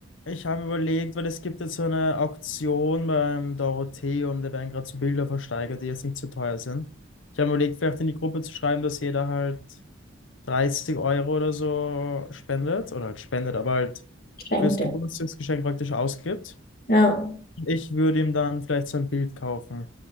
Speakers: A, on the left; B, on the left.
A: Ich habe überlegt, weil es gibt jetzt so eine Auktion beim Dorotheum, da werden gerade so Bilder versteigert, die jetzt nicht so teuer sind. Ich habe überlegt, vielleicht in die Gruppe zu schreiben, dass jeder halt 30 Euro oder so spendet, oder halt spendet, aber halt
B: Schenkt
A: fürs
B: er.
A: Geburtstagsgeschenk praktisch ausgibt.
B: Ja.
A: Ich würde ihm dann vielleicht so ein Bild kaufen.